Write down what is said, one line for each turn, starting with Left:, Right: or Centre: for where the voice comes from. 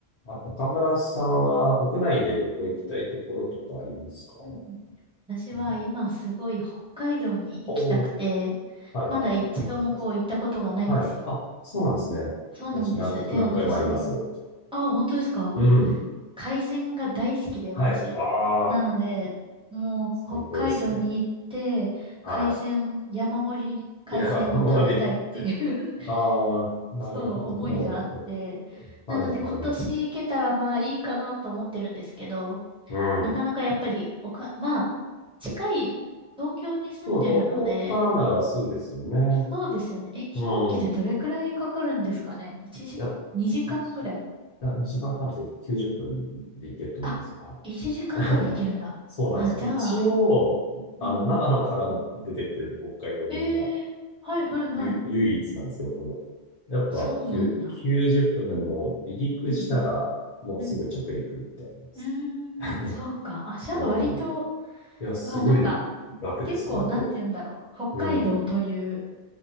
Left: あ、岡村さんは国内で旅行行きたいところとかありますか
Centre: うんうんうんうん私は今すごい北海道に行きたくて、
Left: うん。おー、はいはいはい。
Centre: まだ一度もこう行ったことがないんですよ。
Left: いいじゃないですか。はい。あ、そうなんですね。
Centre: そうなんです。
Left: 私何、
Centre: で、
Left: 何回もありますよ。
Centre: 私、あ、本当ですか
Left: うん。
Centre: 海鮮が大好きで、
Left: はい。
Centre: 私。
Left: ああ、
Centre: なので、もう北海道に行って、
Left: 最高ですね。は
Centre: 海鮮、山盛り海鮮を食べたいっていう
Left: い。いや、もうり、ああ、
Centre: <laughs>
Left: なるほど、
Centre: そう、思いがあって。
Left: なるほど。
Centre: なので今年行けたらまあいいかなと思ってるんですけど、
Left: はいはい。うん。
Centre: なかなかやっぱり、おか、まあ、近い東京に住んでるので、
Left: そう、東京からならすぐですよね。
Centre: そうですよね。え、飛行機でどれくらいかかるんですかね
Left: うん。い
Centre: ?1 時、
Left: や、
Centre: 2時間ぐらい。
Left: 一いや、2時間半で90分で行けると思いますよ。
Centre: あ、1時間半で行けるんだ。
Left: はいそうなんですよ。
Centre: あ、じゃあ、
Left: 一応、あの、
Centre: うんうん。
Left: 長野からも出てて、北海道便は、
Centre: ええはいはいはい。
Left: ゆ、唯一なんですけど、ほぼ。やっぱ、
Centre: そうなんだ。
Left: きゅ90分なので、もう、離陸したら、
Centre: うんうん。
Left: もうすぐ着陸みたいな感じです
Centre: うん。うーん、
Left: ね。<laughs>
Centre: そうか。あ、じゃあ割と、
Left: うん。いや、すごい楽です、
Centre: うわ、なんか、結構、
Left: 本当。
Centre: なんて言うんだろう。北海道という
Left: うん。